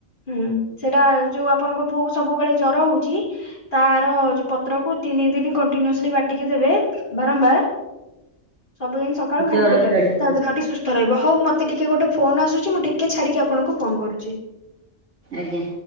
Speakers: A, on the left; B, on the right.
A: ହୁଁ ସେଟା ଯୋଉ ଆପଣଙ୍କ ପୁଅ କ ସବୁବେଳେ ଜର ହଉଛି ତାର ଯୋଉ ପତ୍ରକୁ ତିନି ଥନି ଦିନ କଣ୍ଟିନିଅସ୍ଲି ବାଟିକି ଦେବେ ବାରମ୍ବାର ସବୁଦିନ ସକାଳୁ ଖାଲି
B: ଜର
A: ପଟରେ
B: ଚଢିବ
A: ତା ଦେହ ସୁସ୍ଥ ରହ ହଉ ମତେ ଟିକେ ଗୋଟେ ଫୋନ ଆସୁଛି ମୁଁ ଟିକେ ଛାଡିକି ଆପଣଙ୍କୁ ଫୋନ କରୁଛି।
B: ଆଜ୍ଞା।